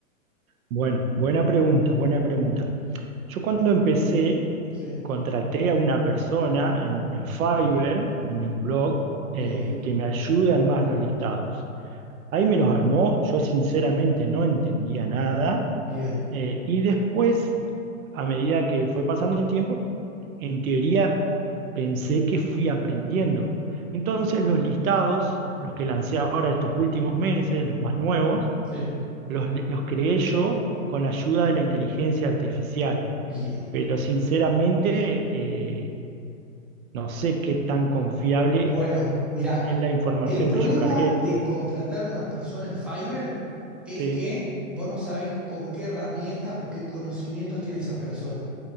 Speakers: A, on the right; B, in the centre.
A: bueno, buena pregunta, buena pregunta. Yo cuando empecé,
B: Sí,
A: contraté a una persona en, en Fiverr, un en blog,
B: bien,
A: eh, que me ayude a armar los listados. Ahí me los armó, yo sinceramente no entendía nada,
B: bien,
A: Eh, y después, a medida que fue pasando el tiempo, en teoría pensé que fui aprendiendo. Entonces los listados, los que lancé ahora estos últimos meses, los más nuevos,
B: sí,
A: los, los creé yo con la ayuda de la inteligencia artificial.
B: bien.
A: Pero sinceramente, eh, no sé qué tan confiable
B: Bueno, mirá,
A: es la información
B: el problema
A: que yo cargué.
B: de contratar una persona en Fiverr es
A: Sí,
B: que vos no sabés con qué herramientas o qué conocimientos tiene esa persona.